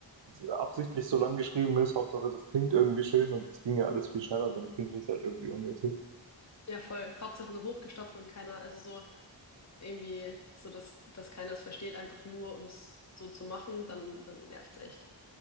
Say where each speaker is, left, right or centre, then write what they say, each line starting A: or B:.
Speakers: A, on the right; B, on the left.
A: absichtlich so lang geschrieben ist, Hauptsache, das klingt irgendwie schön und es ging ja alles viel schneller, dann finde ich es halt irgendwie unnötig.
B: Ja, voll. Hauptsache so hochgestochen und keiner, also so. irgendwie so, dass, dass keiner es versteht, einfach nur um es so zu machen, dann, dann nervt's echt.